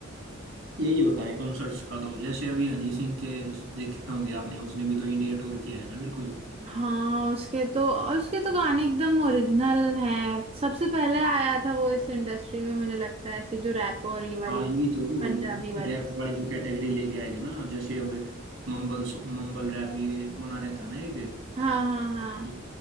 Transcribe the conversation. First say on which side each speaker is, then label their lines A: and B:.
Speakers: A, on the right; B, on the right.
A: यही होता है कॉन्सर्ट्स का तो जैसे अभी हनी सिंह के देखे होंगे आपने उसने भी तो इंडिया टूर किया है ना बिल्कुल
B: हाँ उसके तो और उसके तो गाने एकदम ओरिजिनल हैं सबसे पहले आया था वो इस इंडस्ट्री में मुझे लगता है ऐसी जो रैप और ये वाली
A: हाँ यही तो
B: पंजाबी वाली
A: रैप वाली जो कैटेगरी लेके आए थे ना जैसे अब मंबल मंबल रैप ये बना रहता है ना एक
B: हाँ हाँ
A: ये